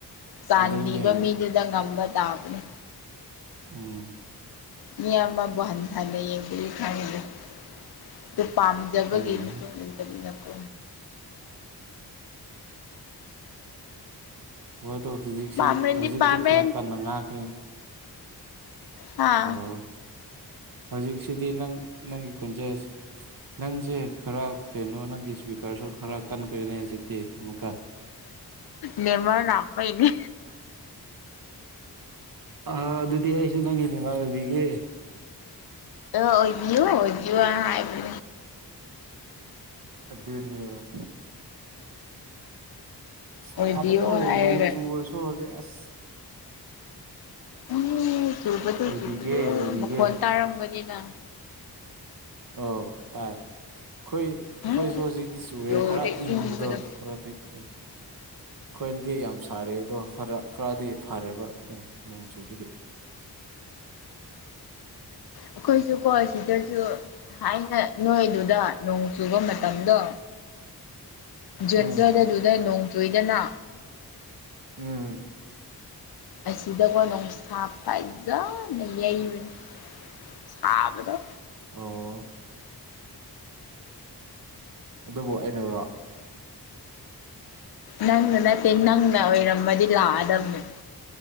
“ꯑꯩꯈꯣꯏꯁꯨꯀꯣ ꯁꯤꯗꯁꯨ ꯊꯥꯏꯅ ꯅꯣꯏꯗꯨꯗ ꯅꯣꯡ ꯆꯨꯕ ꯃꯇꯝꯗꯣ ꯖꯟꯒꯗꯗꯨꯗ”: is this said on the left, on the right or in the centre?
Left